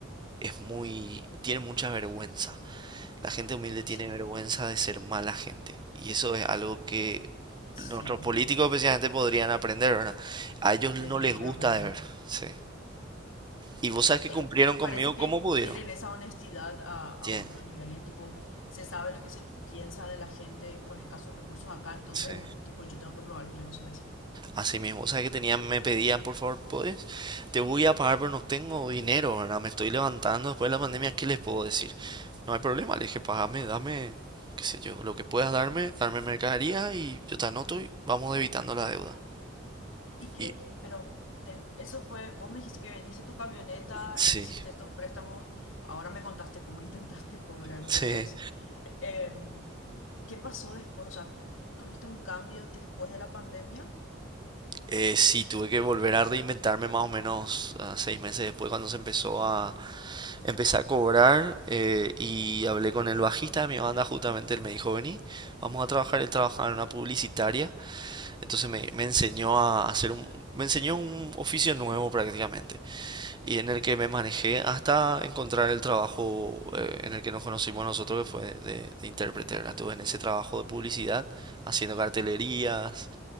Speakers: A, on the right; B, on the left.
A: es muy, tiene mucha vergüenza. La gente humilde tiene
B: Sí,
A: vergüenza de ser mala gente. Y eso es algo que
B: sí.
A: nuestros políticos especialmente podrían aprender, ¿verdad? A ellos
B: Definitivamente.
A: no les gusta de ver. Sí. Y vos sabes que
B: Eh,
A: cumplieron conmigo
B: parece que
A: como pudieron.
B: tienen esa honestidad a, a
A: Tien-
B: otro nivel y es tipo un, se sabe lo que se piensa de la gente con escasos recursos acá, entonces
A: Sí.
B: un tipo, yo tengo que probar que yo no soy así.
A: Así mismo, o sea que tenían, me pedían, por favor, ¿puedes? Te voy a pagar, pero no tengo dinero, ¿verdad? Me estoy levantando después de la pandemia, ¿qué les puedo decir? No hay problema, le dije,
B: Ujú.
A: pagame, dame, qué sé yo, lo que puedas darme, darme mercadería y yo te anoto y vamos debitando la deuda.
B: Y que,
A: Y
B: pero de- eso fue, vos me dijiste que vendiste tu camioneta,
A: sí,
B: hiciste estos préstamos, ahora me contaste cómo <laughs> intentaste cobrar
A: <laughs>
B: después.
A: sí,
B: Em, ¿qué pasó después? O sea, ¿tuviste un cambio después de la pandemia?
A: eh, sí, tuve que volver a reinventarme más o menos ah, seis meses después cuando se empezó a empezar a cobrar eh, y hablé con el bajista de mi banda justamente, él me dijo, vení, vamos a trabajar, él trabajaba en una publicitaria Entonces me, me enseñó a hacer un, me enseñó un oficio nuevo prácticamente y en el que me manejé hasta encontrar el trabajo eh, en el que nos conocimos nosotros que fue de, de intérprete. ¿verdad? Estuve en ese trabajo de publicidad haciendo cartelerías,